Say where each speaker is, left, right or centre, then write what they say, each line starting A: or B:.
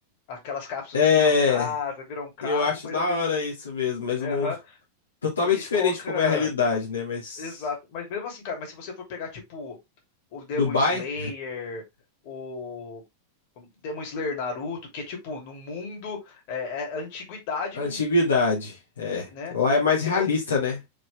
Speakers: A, on the left; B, on the left.
A: aquelas cápsulas
B: É.
A: que viram casa, viram carro,
B: Eu acho
A: mas
B: da
A: ao mesmo,
B: hora isso mesmo, mas o
A: aham,
B: mundo totalmente
A: porque
B: diferente
A: se coloca,
B: de como é a realidade, né? Mas
A: exato. Mas mesmo assim, cara, mas se você for pegar tipo o Demon
B: Dubai,
A: Slayer, o como- Demon Slayer Naruto, que é tipo no mundo é, é antiguidade,
B: <laughs> antiguidade, é.
A: né?
B: Lá é mais
A: Se,
B: realista,
A: vo-
B: né?